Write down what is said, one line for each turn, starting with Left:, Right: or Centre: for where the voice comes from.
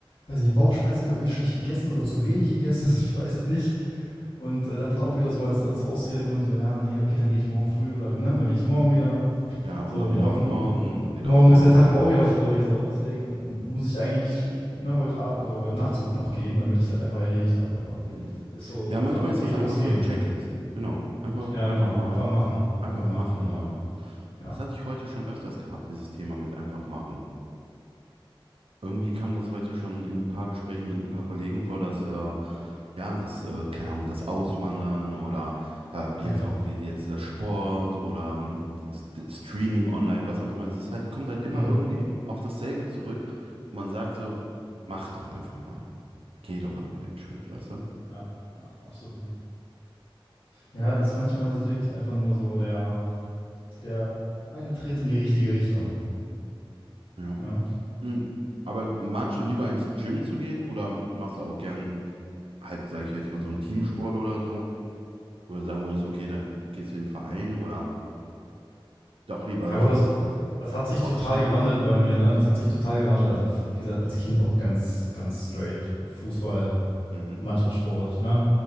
Left: weiß nicht, Bauchschmerzen gehabt, irgendwie schlecht gegessen oder zu wenig gegessen, <laughs> ich weiß es nicht. Und äh, das dann auch wieder so als, als Ausrede genommen, so, ja, nee, okay, dann gehe ich morgen früh oder, ne, dann gehe ich morgen wieder.
Right: Ja, und
Left: So,
Right: dann
Left: morgen,
Right: wieder auf morgen, und dann wieder
Left: Morgen
Right: auf morgen.
Left: ist der Tag aber auch wieder voll wie Sau. Deswegen muss ich eigentlich ne, heute Abend oder heute Nacht sogar noch gehen, damit ich das einfach erledigt habe. Einfach.
Right: Mhm.
Left: Das ist so
Right: Ja,
Left: einfach,
Right: manchmal
Left: okay,
Right: ist das
Left: losgehen.
Right: einfach so eine Checklist. Genau. Einfach,
Left: Ja,
Right: einfach
Left: genau.
Right: mal,
Left: Einfach machen.
Right: einfach
Left: Einfach machen,
Right: machen,
Left: genau.
Right: weil
Left: Ja.
Right: das hatte ich heute schon öfters gehabt, dieses Thema mit einfach machen. Irgendwie kam das heute schon in ein paar Gesprächen mit ein paar Kollegen vor, dass, äh, ja, das, äh, keine Ahnung, das Auswandern oder äh, jetzt
Left: Naja.
Right: auch wie jetzt der Sport oder ähm, S- Streaming online, was auch immer. Es ist halt, kommt halt immer
Left: Mhm.
Right: irgendwie im- auf dasselbe zurück. Und man sagt so, mach doch einfach mal. Geh doch einfach den Schritt, weißt du?
Left: Ja, absolut. Ja,
Right: Hm.
Left: das ist, manchmal ist es wirklich einfach nur so der, der, der eine Tritt in die richtige Richtung.
Right: Ja.
Left: Ja.
Right: Hm. Aber magst du lieber ins Gym zu gehen oder machst du auch gern halt, sage ich jetzt mal, so einen Teamsport oder so? Oder sagen würdest, okay, dann gehst du in den Verein oder doch lieber
Left: Aber
Right: so,
Left: das, das
Right: keine
Left: hat
Right: Ahnung,
Left: sich
Right: Boxen
Left: total gewandelt
Right: oder so?
Left: bei mir, ne? Das hat sich total gewandelt. Also, wie gesagt, als Kind auch ganz, ganz straight Fußball,
Right: Mhm.
Left: Mannschaftssport, ne?